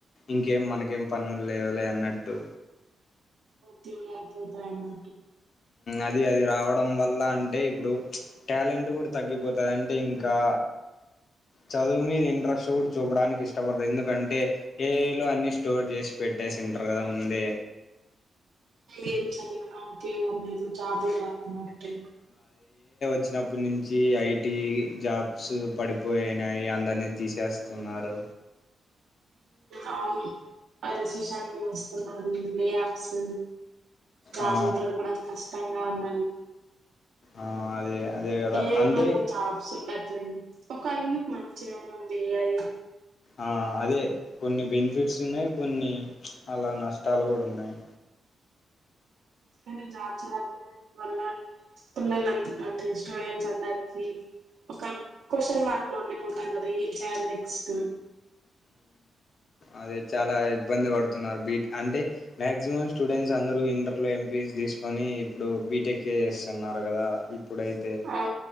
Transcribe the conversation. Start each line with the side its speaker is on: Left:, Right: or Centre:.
Left: ఇంకేం మనకేం పనులు లేవలే అన్నట్టు
Right: టి అపోతాన్నా
Left: అది అది రావడం వల్ల అంటే ఇప్పుడు టాలెంట్ కూడా తగ్గిపోతుంది అంటే ఇంకా చదువు మీద ఇంట్రెస్ట్ కూడా చూపడానికి ఇష్టపడుతుంది ఎందుకంటే ఏ ఏలో అన్నీ స్టోర్ చేసి పెట్టేసింటారు కదా ముందే
Right: ది ఆ ఉపయోగ అ లేదు చాపడవన్నంటే
Left: ఇచ్చినప్పటి నుంచి ఐటీ జాబ్స్ పడిపోయినాయి అందరినీ తీసేస్తున్నారు
Right: అవును అరసిషన్ వస్తున్నారుది లేఅప్స్ జమిీ
Left: ఆ
Right: దలపడానికి కష్టం కష్టంగా ఉన్న
Left: ఆ అదే అదే కదా
Right: ఏవల
Left: అంటే
Right: జాబ్స్ ఉండట్లేదు ఒక అందుకు మంచిగానే ఉంది ఏ అయి
Left: ఆ అదే కొన్ని బెనిఫిట్స్ ఉన్నాయి కొన్ని అలా నష్టాలు కూడా ఉన్నాయి
Right: కానీ జాచ రాడం వల్ల పిల్లల అంటే స్టూడెంట్స్ అందరికి ఒక క్వశ్చన్ మార్క్ లో ఉండి పోతారు కదా ఏం చేయాలి నెక్స్ట్
Left: అదే చాలా ఇబ్బంది పడుతున్నారు బీ అంటే మ్యాక్సిమం స్టూడెంట్స్ అందరూ ఇంటర్లో ఎంపీస్ తీసుకొని ఇప్పుడు బీటెక్ే చేస్తున్నారు కదా ఇప్పుడైతే
Right: ఆ